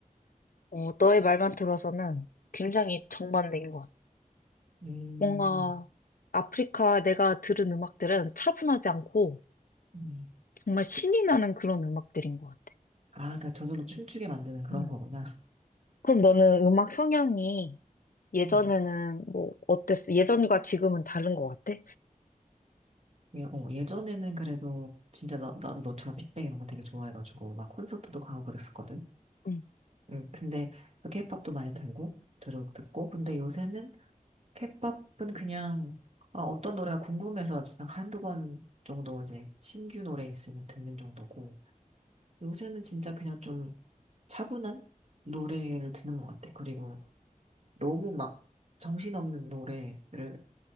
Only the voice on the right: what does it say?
음,
음,
아, 그러니까 저절로 춤추게 만드는 그런
거구나.
음,
예, 어, 예전에는 그래도 진짜 나, 나도 너처럼 빅뱅 이런 거 되게 좋아해가지고 막 콘서트도 가고 그랬었거든.
음, 근데 케이팝도 많이 들고 들어 듣고 근데 요새는 케이팝은 그냥 아, 어떤 노래가 궁금해서 그냥 한두 번 정도 이제 신규 노래 있으면 듣는 정도고 요새는 진짜 그냥 좀 차분한 노래를 듣는 것 같아. 그리고 너무 막 정신없는 노래를